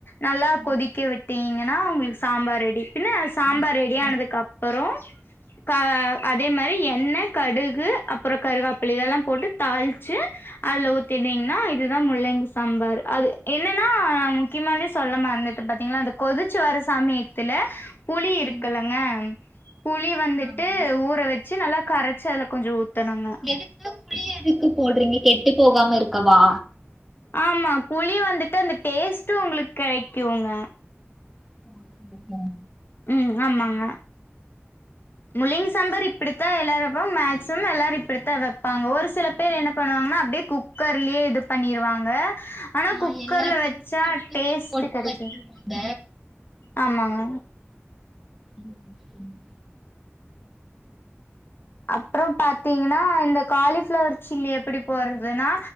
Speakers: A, on the left; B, in the centre.
A: நல்லா
B: ம்
A: கொதிக்க விட்டீங்கன்னா உங்குளுக்கு சாம்பார் ரெடி பின்ன சாம்பார்
B: ஆ
A: ரெடியானதுக்கு
B: ஆ
A: அப்பற க அதே மாரி எண்ண கடுகு அப்பற கருகாப்பிள் இதெல்லா போட்டு தாள்ச்சு அதுல ஊத்திட்டீங்னா இதுதா முள்ளங்கி சாம்பாரு அது என்னன்னா முக்கியமாவே சொல்ல மறந்துட் ப்பா பாத்தீங்னா இந்த கொதிச்சுவர சமயத்துல புளி இருக்கல்லங்க
B: ம்
A: புளி வந்துட்டு
B: ஆமா
A: ஊற வச் சி நல்லா கரச்சு அதுல கொஞ்சொ ஊத்தணுங்க
B: துக்கு புளி எதுக்கு போட்றீங்க கெட்டு போகாம இருக்கவா
A: ஆமா புளி வந்துட்டு அந்த டேஸ்ட்டூ ஒங்குளுக் கெடைக்குங்க
B: <inaudible>
A: ம் ஆமாங்க முள்ளிங் சாம்பாரு இப்பிடித்தா எல்லாரூ வெப்பாங் மேக்சிமம் எல்லாரும் இப்பிடித்தா வெப்பாங்க ஒரு சில பேரு என்ன பண்ணுவாங்னா அப்டியே குக் குக்கர்லியே இது பண்ணிருவாங்க ஆனா
B: ஆ
A: குக்கர்ல
B: எல்லா
A: வெச்சா
B: திங்ஸும் ஒட்டுக்கா
A: டேஸ்ட்டு
B: போட்டு
A: கெடைக்காது
B: வச்சிருவாங்க
A: ஆமாங்க
B: ம் செரிங்க
A: அப்புறம் பாத்தீங்னா இந்த காலி ஃப்ளவர் சில்லி எப்பிடி போறதுனா